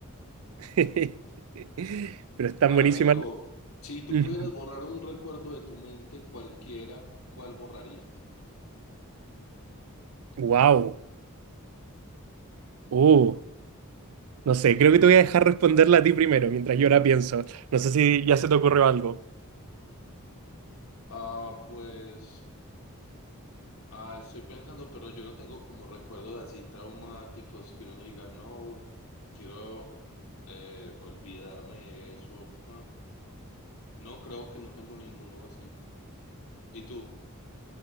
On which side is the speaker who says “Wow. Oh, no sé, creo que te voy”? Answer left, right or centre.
Right